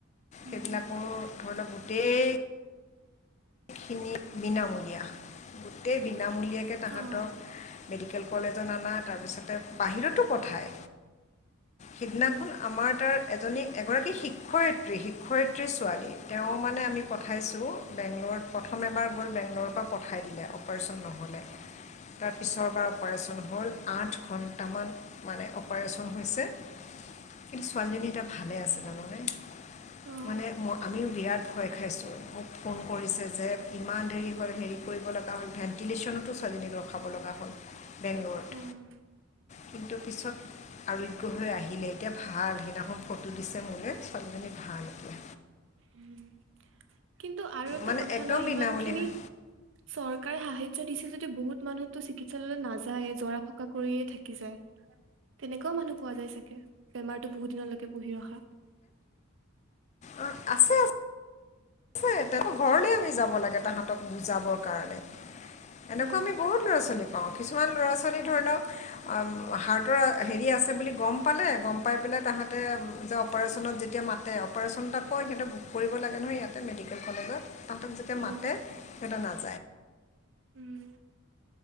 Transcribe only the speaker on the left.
সেইবিলাকো
ধৰি লওক গোটেইি খিনি বিনামূলীয়া গোটেই বিনামূলীয়াকৈ তাহাঁতক
মেডিকেল কলেজত অনা তাৰপিছতে বাহিৰতো পঠাই সিদিনাখন
আমাৰ তাৰ এজনী এগৰাকী শিক্ষয়িত্ৰী শিক্ষয়িত্ৰী ছোৱালী তেওঁ মানে আমি পঠাইছোঁ বেংলৰ প্ৰথম এবাৰ গ'ল বেংগল'ৰৰ পৰা পঠাই দিলে অপাৰেচন নহ'লে তাৰ পিছৰবাৰ অপাৰেচন হ'ল আঠ ঘন্ দুটামান মানে অপাৰেচন হৈছে কিন্তু ছোৱালীজনী এতিয়া ভালে আছে জানানে
মানে মই আমিও বিৰাট ভয় খাইছোঁ মোক ফোন কৰিছে যে ইমান দেৰি হ'ল হেৰি কৰিব লগা হ'ল ভেণ্টিলেশ্যনতো চাই ৰখাব লগা হ'ল বেংগলোৰত
কিন্তু পিছত আৰোগ্য হৈ আহিলে এতিয়া ভাল সিদিনাখন ফটো দিছে মোলৈ ছোৱালীজনী ভাল এতিয়া
মানে
একদম
বিনামূলীয়া
হয়
অ আছে আছে ত ঘৰলে আমি যাব লাগে তাহাঁতক বুজাবৰ কাৰণে এনেকুৱা
আমি বহুত লৰা ছোৱালী কিছুমান ল'ৰা ছোৱালী ধৰি লওক হাৰ্টৰ হেৰি আছে বুলি গম পালে গম পাই পেলায় তাহাঁতে যে অপাৰেচনত যেতিয়া মাতে অপাৰেচন এটা কয় সিহঁত কৰিব লাগে নহয় ইয়াতে মেডিকেল কলেজত তাহাতক যেতিয়া
মাতে সিহতে নাজ